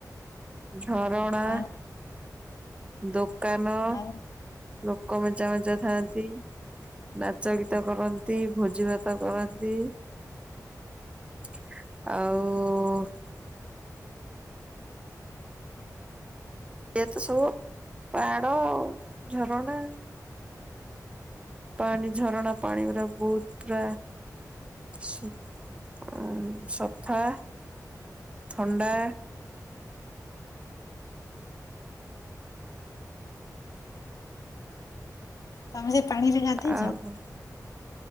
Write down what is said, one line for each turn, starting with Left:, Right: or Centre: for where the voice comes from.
Right: ଝରଣା
Left: ଆଉ
Right: ଦୋକାନ।
Left: ଆଉ
Right: ଲୋକ ମେଞ୍ଚା ମେଞ୍ଚା ଥାଆନ୍ତି। ନାଚ ଗୀତ କରନ୍ତି ଭୋଜି ଭାତ କରନ୍ତି। ଆଉ। ଏଇଆ ତ ସବୁ ପହଡ଼ ଆଉ ଝରଣା। ପାଣି ଝରଣା ପାଣି ଗୁରା ବହୁତ ପୁରା। ସୁ ଆଉ ସଫା। ଥଣ୍ଡା।
Left: ତମେ ସେ ପାଣିରେ ଗାଧେଇଚ।
Right: ଆଉ